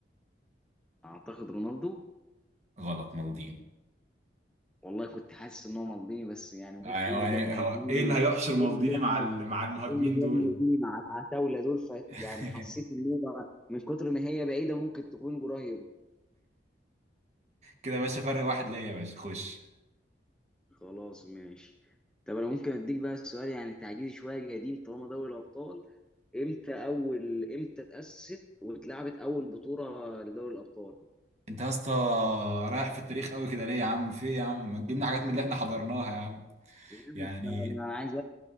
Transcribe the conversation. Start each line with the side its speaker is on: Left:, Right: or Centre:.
Centre: اعتقد رونالدو
Right: غلط مالديني
Centre: والله كنت حاسس ان هو مالديني بس يعني
Right: يعني
Centre: قلت ايه
Right: هو
Centre: اللي
Right: يعني
Centre: جاب مالديني
Right: هو ايه اللي هيحشر مالديني
Centre: ايه اللي جاب
Right: مع
Centre: مال-
Right: ال- مع المهاجمين
Centre: ايه اللي جاب
Right: دول
Centre: مالديني مع العتاوله دول ف
Right: <laughs>
Centre: يعني حسيت ان هو من كتر ما هي بعيده ممكن تكون قريبه
Right: كده يا باشا فرق واحد ليا يا باشا خش
Centre: خلاص ماشي طب انا ممكن اديك بقى السؤال يعني تعجيزي شويه قديم طالما دوري الابطال امتى اول امتى اتاسست واتلعبت اول بطوله لدوري الابطال
Right: انت يا اسطى رايح في التاريخ قوي كده ليه يا عم في ايه يا عم ما تجيبنا حاجات من اللي احنا حضرناها يا عم
Centre: يعني
Right: يعني
Centre: أنت- انا عايز